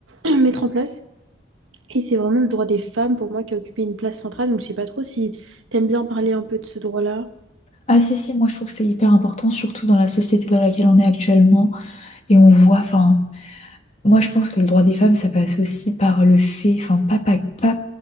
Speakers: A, on the right (about 80°); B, on the left (about 35°).
A: euh, <clears throat> mettre en place. Et c'est vraiment le droit des femmes pour moi qui a occupé une place centrale. Donc je sais pas trop si t'aimes bien parler un peu de ce droit-là.
B: Ah si, si, moi je trouve que c'est hyper important, surtout dans la société dans laquelle on est actuellement. Et on voit, enfin, moi je pense que le droit des femmes, ça passe aussi par le fait, enfin, pas, pas, pas